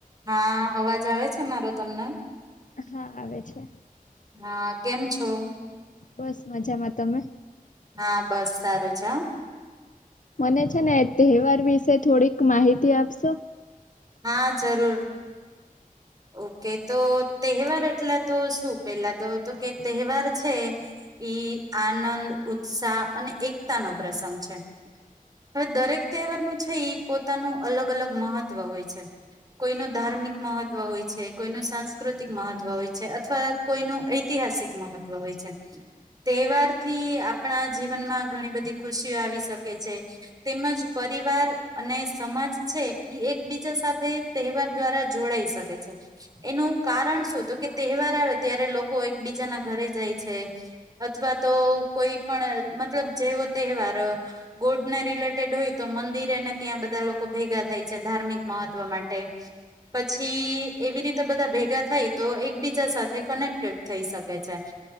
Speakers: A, on the right; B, on the left.
A: હા, અવાજ આવે છે મારો તમને
B: હા આવે છે.
A: હા કેમ છો?
B: બસ મજામાં તમે.
A: હા બસ સારું છે હ.
B: મને છે ને એ તહેવાર વિશે થોડીક માહિતી આપશો
A: હા જરૂર. ઓકે તો તહેવાર એટલા તો શું પેલા તો તો કે તહેવાર છે ઈ આનંદ ઉત્સાહ અને એકતા નો પ્રસંગ છે હવે દરેક તહેવારનું છે પોતાનું અલગ અલગ મહત્વ હોય છે કોઈનું ધાર્મિક મહત્વ હોય છે કોઈનું સાંસ્કૃતિક મહત્વ હોય છે અથવા કોઈનું ઐતિહાસિક મહત્વ હોય છે તહેવાર થી આપણા જીવનમાં ઘણી બધી ખુશીઓ આવી શકે છે તેમજ પરિવાર અને સમાજ છે એકબીજા સાથે તહેવાર દ્વારા જોડાઈ શકે. એનું કાર શું કે તહેવાર આવે ત્યારે લોકો એકબીજા ના ઘરે જાય છે અથવા તો કોઈ પણ મતલબ જેવો તહેવાર ગોડને રિલેટેડ હોય તો મંદિરેને ત્યાં બધા લોકો ભેગા થાય છે ધાર્મિક મહત્વ માટે પછી એવી રીતે બધા ભેગા થાય તો એકબીજા સાથે કનેક્ટેડ થઈ શકે છે